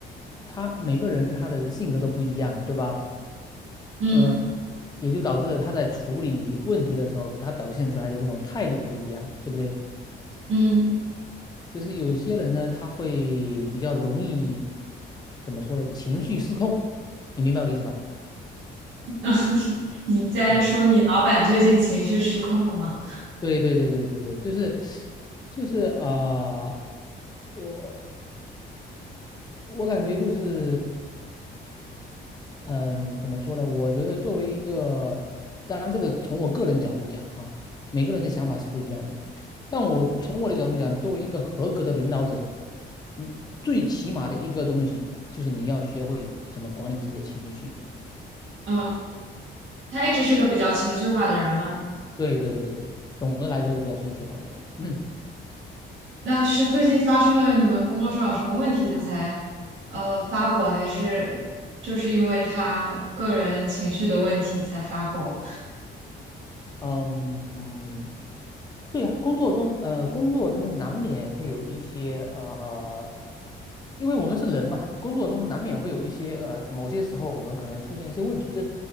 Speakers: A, on the left; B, on the right.
A: 他每个人他的性格都不一样，对吧？
B: 嗯
A: 嗯，也就导致了他在处理问题的时候，他表现出来的这种态度不一样，对不对？
B: 嗯，
A: 就是有些人呢，他会比较容易，怎么说呢？情绪失控，你明白我的意思吧？
B: <laughs> 你在说你老板最近情绪失控了吗？
A: 对，对，对，对，对，对，对，就是，就是啊、呃我我感觉就是，嗯，怎么说呢？我觉得作为一个，当然这个从我个人角度讲哈，每个人的想法是不一样的，但我从我的角度讲，作为一个合格的领导者，嗯，最起码的一个东西就是你要学会怎么管理自己的情绪。
B: 嗯，他一直是个比较情绪化的人吗？
A: 对对对对，总的来说是比较情绪化的人。嗯
B: 那是最近发生了你们工作上有什么问题，他才呃发火，还是就是因为他个人情绪的问题才发火？
A: 嗯，对呀、工作中呃，工作中难免会有一些呃，因为我们是人嘛，工作中难免会有一些呃，某些时候我们可能出现一些问题，这